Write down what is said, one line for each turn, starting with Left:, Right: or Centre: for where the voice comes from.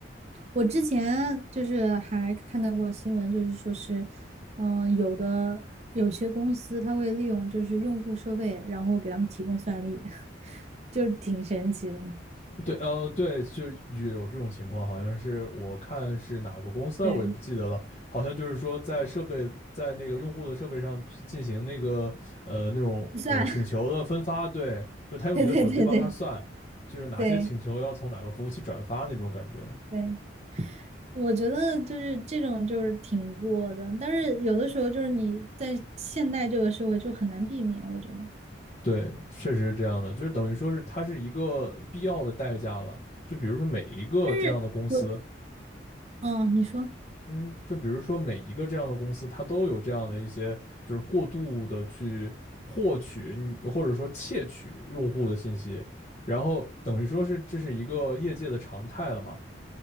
Right: 我之前就是还看到过新闻，就是说是，嗯，有的有些公司他会利用就是用户设备，然后给他们提供算力，<laughs> 就是挺神奇的。
Left: 对，呃，对，就有这种情况，好像是我看是哪个公司啊，
Right: 对，
Left: 我也不记得了，好像就是说在设备在那个用户的设备上去进行那个呃那种呃请求的分发，
Right: 算，
Left: 对，
Right: <laughs>
Left: 就他用你的手机帮他算，
Right: 对对对对
Left: 就是哪些请求要从哪个服务器转发那种感觉。
Right: 对对。我觉得就是这种就是挺过的，但是有的时候就是你在现代这个社会就很难避免，我觉得。
Left: 对，确实是这样的，就是等于说是它是一个必要的代价了。就比如说每一个这样的公司，
Right: 但是我，嗯，你说，
Left: 嗯，就比如说每一个这样的公司，它都有这样的一些，就是过度的去获取你或者说窃取用户的信息，然后等于说是这是一个业界的常态了嘛。